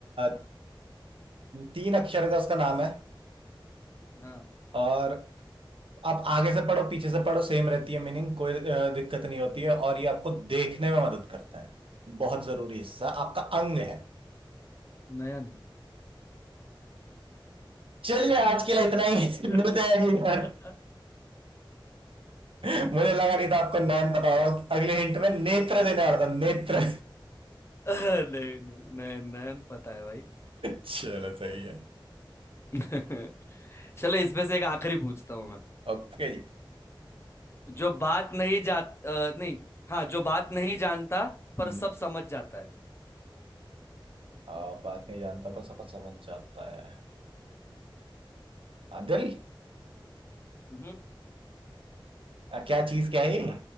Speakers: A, on the right; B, on the left.
A: अ, तीन अक्षर का उसका नाम है
B: हाँ
A: और आप आगे से पढ़ो पीछे से पढ़ो सेम रहती है मीनिंग कोई अ, दिक्कत नहीं होती है और ये आपको देखने में मदद करता है बहुत जरूरी हिस्सा आपका अंग है
B: नयन
A: चलिए आज के लिए इतना ही
B: नहीं
A: <laughs> मिलते हैं अगली बार मुझे लगा नहीं था आपको नैन पता होगा अगले हिंट में नेत्र देने वाला था नेत्र
B: नहीं नयन नयन पता है भाई
A: चलो सही है
B: <laughs> चलो इसमें से एक आखिरी पूछता हूँ
A: ओके जी
B: जो बात नहीं जात अ, नहीं हाँ जो बात नहीं जानता पर
A: हम्म
B: सब समझ जाता है
A: आ, बात नहीं जानता पर सफर समझ जाता है आ, दिल
B: हम्म
A: आ, क्या चीज क्या है ये